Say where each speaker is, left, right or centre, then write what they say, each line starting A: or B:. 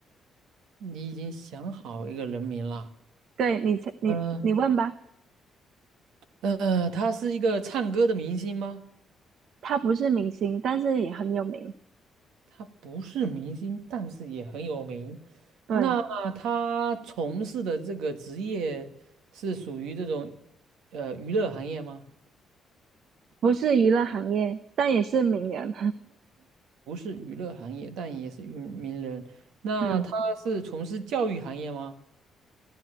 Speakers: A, on the right (about 85°); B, on the right (about 70°).
A: 你已经想好一个人名了。
B: 对你先，你你问吧。
A: 嗯呃，呃，他是一个唱歌的明星吗？
B: 他不是明星，但是也很有名。
A: 他不是明星，但是也很有名。
B: 对，
A: 那他从事的这个职业是属于这种呃娱乐行业吗？
B: 不是娱乐行业，但也是名人。
A: 不是娱乐行业，但也是名名人。那他是从事教育行业吗？
B: <laughs> 嗯，